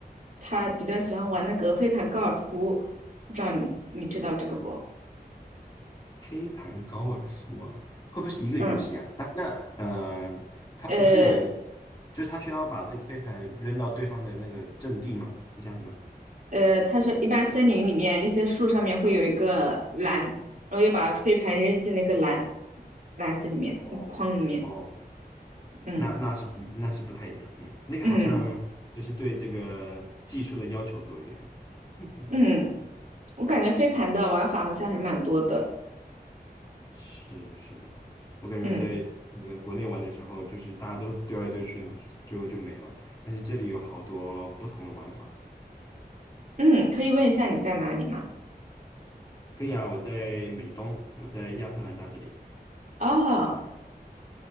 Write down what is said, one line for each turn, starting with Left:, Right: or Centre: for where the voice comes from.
Right: 他比较喜欢玩那个飞盘高尔夫，不知道你你知道这个不？
Left: 飞盘高尔夫啊，会不会是一个游戏啊？
Right: 嗯，
Left: 那那呃，它不是有一个，
Right: 呃，
Left: 就是它需要把这个飞盘扔到对方的那个阵地吗？是这样子吗？
Right: 呃，他说一般森林里面一些树上面会有一个篮，然后要把飞盘扔进那个篮篮子里面筐里面。
Left: 哦哦
Right: 嗯
Left: 那那是不那是不太一样，嗯，那个好像就是对这个技术的要求多一点啊。
Right: 嗯
Left: <laughs>
Right: 嗯，我感觉飞盘的玩法好像还蛮多的。
Left: 是是，我感觉我在那个国内玩的时候，
Right: 嗯
Left: 就是大家都丢来丢去，然后就就就没了。但是这里有好多不同的玩法。
Right: 嗯，可以问一下你在哪里吗？
Left: 可以啊，我在美东，我在亚特兰大这里。
Right: 哦，